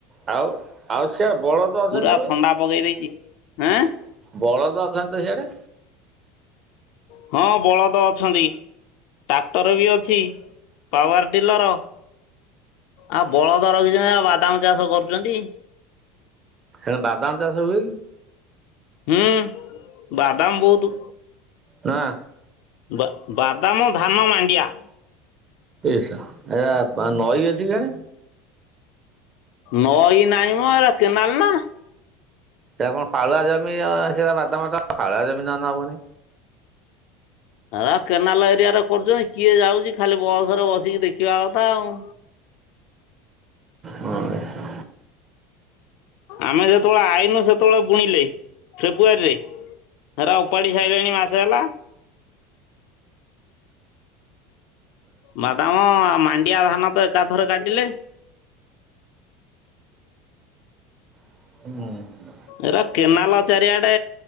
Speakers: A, on the right (about 25°); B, on the left (about 60°).
A: ଆଉ ଆଉ ସିଆଡେ ବଳଦ ଅଛନ୍ତି
B: ପୁରା
A: ନା ବେ
B: ଥଣ୍ଡା ପକେଇ ଦେଇଚି। ଏଁ
A: ବଳଦ ଅଛନ୍ତି ତ ସିଆଡେ
B: ହଁ ବଳଦ ଅ ଅଛନ୍ତି ଟ୍ରାକ୍ଟର ବି ଅଛି ପାୱାର ଡିଲର ଆ ବଳଦ ରହିଛନ୍ତି ବାଦାମ ଚାଷ କରୁଛନ୍ତି।
A: ହେ ବାଦାମ ଚାଷ ହୁଏ କି?
B: ହୁଁ ବାଦାମ ବହୁତୁ।
A: ନା
B: ବା ବାଦାମ ଧାନ ମାଣ୍ଡିଆ।
A: ଏଶା ଏଆ ନଈ ଅଛି କିଜାଣି
B: ନଈ ନାହିଁ ମଁ ଏରା କେନାଲ ନା।
A: ସେଟା କଣ ପାଳୁଆ ଜମି ସେଟା ବାଦାମ ଟା ପାଳୁଆ ଜମି ନହେଲେ ହବନି।
B: ଆ କେନାଲ ଏରିଆରେ କରୁଛନ୍ତି କିଏ ଯାଉଛି ଖାଲି ବସରେ ବଶି ଟିକେ ଦେଖିବା କଥା ଆଉ
A: ହଁଇସା
B: ଆମେ ଯେତେବେଳେ ଆଇନୁ ସେତେବେଳେ ବୁଣିଲେ। ଫେବୃଆରୀ ରେ ହେରା ଓପାଡି ସାରିଲେଣି ମାସେ ହେଲା। ବାଦାମ ଆ ମା ୟା ଧାନ ଏକା ଥରେ କାଟିଲେ
A: ହୁଁ।
B: ଏରା କେନାଲ ଚାରିଆଡେ